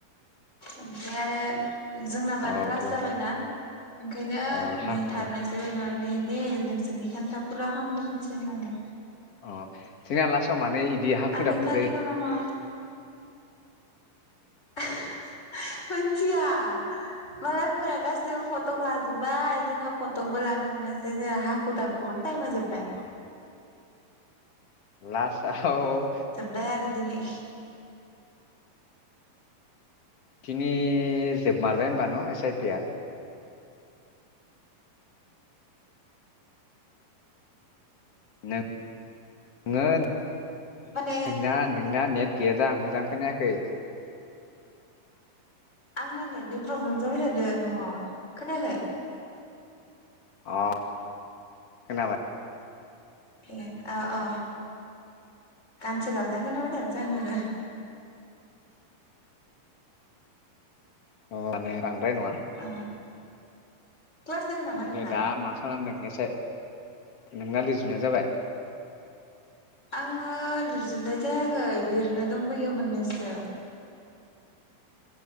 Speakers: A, on the left; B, on the left.
A: ओमफ्राय आरो जोंनाबो आरो
B: अथ'
A: लास्ट जाबायना ओंखायनो
B: अ हाखु
A: नेथारनायसै दे दे नोंसोरनिखौनो थाब फुरा खामगोनसै होननानै।
B: अ जोंनिया लासाव माने इदि हाखु
A: आंनि
B: दाखु
A: कारिकलामा
B: जायोलै
A: <unintelligible> मोनथिया मालायफोरा गासैबो फट'क लाजोबबाय जोंहा फट'बो लानो मोनासै जोंहा हाखु दाखुआवनो टाइमा जोबबाय।
B: लासाव
A: जोबबाय आरो दिनै
B: दिनि जोबमारबाय होनबा न एस आइ पि आ? नो ङो नोंना
A: माने
B: नोंना नेट गैयादां मोजां खोनायाखै
A: आंना नेटनि प्रब्लेम जाबाय थादों न'आव खोनायाखै?
B: अ खोनाबाय
A: ए अ अ गानसो गाबना खोनाबाय थादो जां नोङो?
B: अ माने बांद्राय नङा
A: अ क्लास दोङो नामा
B: ओमफ्राय
A: नोंना
B: दा मा खालामदों एसे? नोंना लिसजुनाया जाबाय?
A: आङो लिरजोबनाय जायाखै लिरनो दंबोयो मोननैसो।